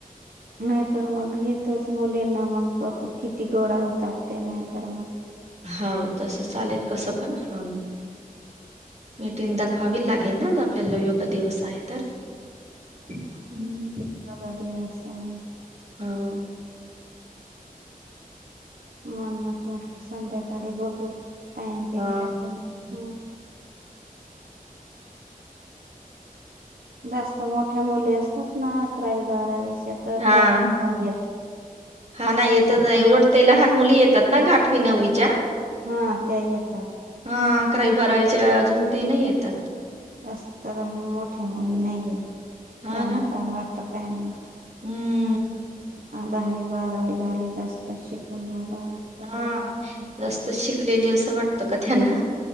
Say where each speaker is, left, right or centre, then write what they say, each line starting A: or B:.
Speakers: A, on the right; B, on the right.
A: नाहीतर मग इथच मुलींना मग बघू किती गोळा होतात ते नाहीतर मग
B: हाव तस चालेल कसं पण हा मिटिंग दाखवावी लागेल ना ग आपल्याला योगा दिवस आहे तर. हम्म.
A: योगा दिवस आहे.
B: हाव.
A: <unintelligible> संध्याकाळी बघू टाइम भेटला
B: हा
A: तर, हम्म. जास्त मोठ्या मुली असतात ना अकरावी बारावीच्या तर
B: हा
A: त्या पण पाहिजेत
B: हा ना, येतच नाही उलट ते लहान मुली येतात ना ग आठवी नववीच्या.
A: हा त्या येतात.
B: हा अकरावी बारावीच्या अजून ते नाही येतात.
A: अस तर मोठ्या मुली नाही येत
B: हा
A: त्यांना
B: ना
A: काय वाटत काय माहित.
B: हम्म.
A: अह दहावी बारावी झाली जास्त शिकून झालं
B: हा
A: त्यामुळे
B: जास्त शिकलेली असं वाटतं का त्यांना.